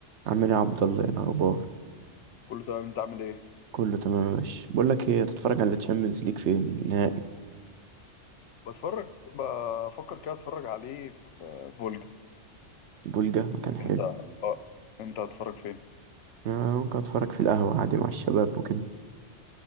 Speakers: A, on the right; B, on the left.
A: عامل ايه يا عبد الله ايه الاخبار
B: كله تمام انت عامل ايه
A: كله تمام يا باشا بقول لك ايه هتتفرج على الشامبيونز ليج فين النهائي
B: بتفرج بفكر كده اتفرج عليه في فولجا
A: بولجا مكان حلو
B: انت اه انت هتتفرج فين
A: آه، ممكن اتفرج في القهوه عادي مع الشباب وكده